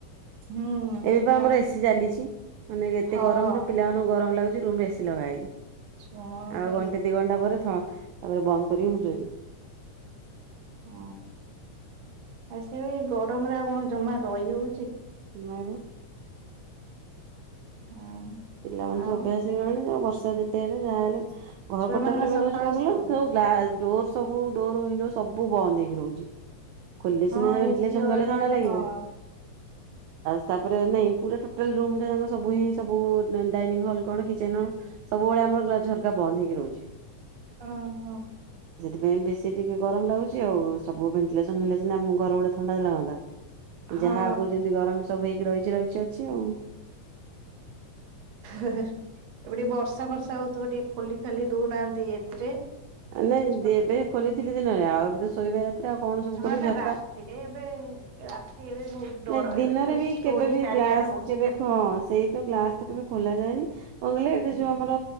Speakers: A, on the right; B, on the right.
A: ହୁଁ
B: ଏବେ
A: ସେ
B: ଆମର ଏସିି ଚାଲିଛି ମାନେ ଏତେ
A: ହଁ
B: ଗରମରେ ପିଲାମାନଙ୍କୁ ଗରମ ଲାଗୁଛି ରୁମରେ ଏସି ଲଗା ହେଇଚି
A: ଛୁଆଁ
B: ଆଉ
A: ସେଇ
B: ଘଣ୍ଟେ ଦି ଘଣ୍ଟା ପରେ ତାପରେ ବନ୍ଦ କରିକି ମୁଁ ସୋଇବି।
A: ଅ ହୋ ସେ ଗରମରେ ଆଉ କଣ ଜମା ରହିବ
B: ସିମାଇବା।
A: ହଁ
B: ପିଲାମାନେ
A: ଆଉ
B: ସବୁ ଅଭ୍ୟାସ ହୋଇଗଲାଣି ବର୍ଷା ଯେତେ ହେଲେ ଯାହା ହେଲେ ଘରକୁ
A: ଛୁଆ ମାନଙ୍କ
B: ତାପରେ ମେନ
A: ସକାଳ
B: ହଉଛି କଣ କହିଲ
A: ସ୍କୁଲ
B: ଡୋର ସବୁ ଡୋର ୱିଣ୍ଡୋଜ୍ ସବୁ ବନ୍ଦ ହେଇକି ରହୁଚି। ଖୋଲେ
A: ହଁ
B: ସିନା ଭେଣ୍ଟିଲେସନ
A: ଏସି ଅନ୍
B: କଲେ ଥଣ୍ଡା
A: ହେଲେ
B: ଲାଗିବ।
A: ହଁ
B: ତ ତାପରେ ନାଇଁ ପୁରା ଟୋଟାଲ୍ ରୁମ୍ ଟା ଯାକ ସବୁ ହିଁ ସବୁ ଡାଇନିଙ୍ଗ ହଲ୍ କଣ କିଚେନ୍ ହଲ୍ ସବୁବେଳେ ଆମର ଗ୍ଲାସ ଝରକା ବନ୍ଦ ହେଇକି ରହୁଛି।
A: ହ ହଁ ହ।
B: ଏଥିପାଇଁ ବେଶୀ ଟିକେ ଗରମ ଲାଗୁଛି ଆଉ ସବୁ ଭେଣ୍ଟିଲେସନ ହେଲେ ସିନା ଘର ଗୁଡ଼ା ଥଣ୍ଡା ଲାଗନ୍ତା।
A: ହଁ
B: ଯାହା ଆଗରୁ ଯେମିତି ଗରମ ସବୁ ହେଇକି ରହିଛି ରହିଛି ଅଛି ଆଉ।
A: ଏବେ ଟିକେ ବର୍ଷା ଫର୍ଷା ହଉଥିବ ଟିକେ ଖୋଲି ଖାଲି ଦଉନାହାନ୍ତି ଏଥିରେ
B: ହଁ। ନାଇଁ
A: ଝରକା
B: ଦି ଏବେ ଖୋଲିଥିଲି ଦିନରେ ଆଉ ଏବେ ତ ଶୋଇବା ରାତିରେ ଆଉ କଣ ସବୁ ଖୋଲିିବି
A: ହଁ ନା
B: ଝରକା
A: ରାତିରେ ଏବେ ରାତି ଏବେ ବହୁତ ଡର
B: ନାଇଁ ଦିନରେ
A: ଏବେ ଖାଲି
B: ବି
A: ଚୋରି
B: କେବେ ବି
A: ଚାରିଆଡେ
B: ଗ୍ଲାସ୍
A: ହଉଛି
B: କେବେ
A: ଖାଲି।
B: ହ ସେଇ ଗ୍ଲାସ ତ କେବେ ଖୋଲା ଯାଏନି କଣ କହିଲେ ଏଠି ଯୋଉ ଆମର